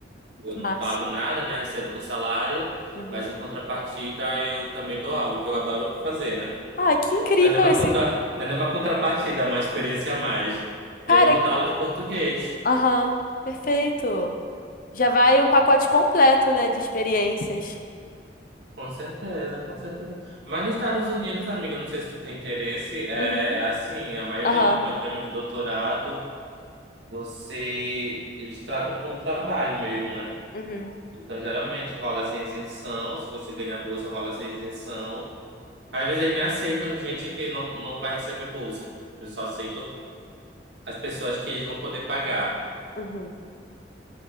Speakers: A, on the right; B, on the left.
A: eu
B: que
A: não
B: massa.
A: pago nada, né? Recebo um salário,
B: Uhum.
A: mas em contrapartida eu também dou aula, que eu adoro fazer, né?
B: Ah, que incrível
A: Não é nem uma
B: esse
A: contra... não é nem uma contrapartida, é uma experiência a mais.
B: cara.
A: E aí eu vou dar aula de português.
B: Aham, perfeito. Já vai um pacote completo, né, de experiências.
A: Com certeza, com certeza. Mas nos Estados Unidos, amiga, não sei se tu tem interesse, é,
B: Uhum,
A: é assim, a maioria
B: Aham,
A: dos programas de doutorado, você, eles tratam como trabalho mesmo, né?
B: uhum,
A: Então, geralmente rola essa isenção, se você ganhar bolsa, rola essa isenção. Às vezes eles nem aceitam gente que não, não vai receber bolsa, eles só aceitam as pessoas que eles vão poder pagar.
B: uhum.